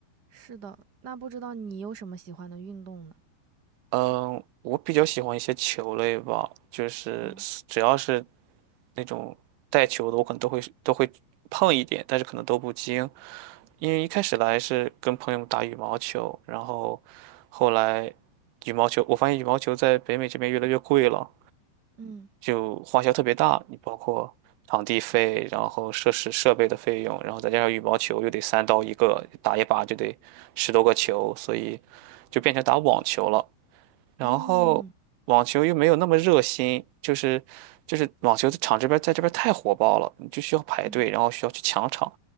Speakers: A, on the right; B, on the right.
A: 是的。那不知道你有什么喜欢的运动呢？
B: 嗯，我比较喜欢一些球类吧，就是只要是
A: 哦，
B: 那种带球的，我可能都会都会碰一点，但是可能都不精。因为一开始来是跟朋友们打羽毛球，然后后来羽毛球，我发现羽毛球在北美这边越来越贵了，
A: 嗯
B: 就花销特别大，你包括场地费，然后设施设备的费用，然后再加上羽毛球又得三刀一个，打一把就得十多个球，所以就变成打网球了。然后网球又没有那么热心，
A: 嗯
B: 就是就是网球的场这边在这边太火爆了，你就需要排队，
A: 嗯，
B: 然后需要去抢场。